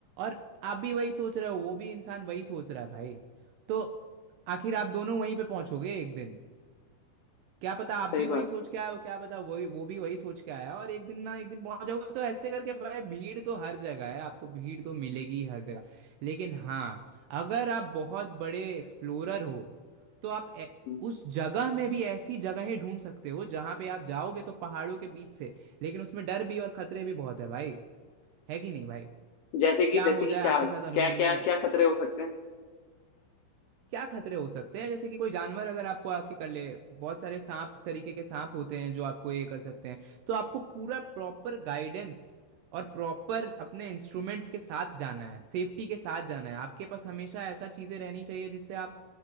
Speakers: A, on the right; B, on the left.
A: और आप भी वही सोच रहे हो वो भी इंसान वही सोच रहा है भाई तो आखिर आप दोनों वहीं पे पहुंचोगे एक दिन क्या पता आप भी
B: सही
A: वही
B: बात
A: सोच के आए हो क्या पता वही वो भी वही सोच के आया और एक दिन ना एक दिन पहुंच जाओगे तो ऐसे करके भाई भीड़ तो हर जगह है आपको भीड़ तो मिलेगी हर जगह लेकिन हाँ अगर आप बहुत बड़े एक्सप्लोरर हो तो आप ए,
B: हम्म।
A: उस जगह में भी ऐसी जगहें ढूंढ सकते हो जहां पे आप जाओगे तो पहाड़ों के बीच से लेकिन उसमें डर भी और खतरे भी बहुत है भाई है कि नहीं भाई
B: जैसे कि
A: क्या
B: जैसे
A: हो
B: कि
A: जाए
B: क्या
A: आपके साथ
B: क्या
A: अनहोनी
B: क्या क्या खतरे हो सकते हैं
A: क्या खतरे हो सकते हैं जैसे कि कोई जानवर अगर आपको आके कर ले बहुत सारे सांप तरीके के सांप होते हैं जो आपको ये कर सकते हैं तो आपको पूरा प्रॉपर गाइडेंस और प्रॉपर अपने इंस्ट्रूमेंट्स के साथ जाना है सेफ्टी के साथ जाना है आपके पास हमेशा ऐसा चीजें रहनी चाहिए जिससे आप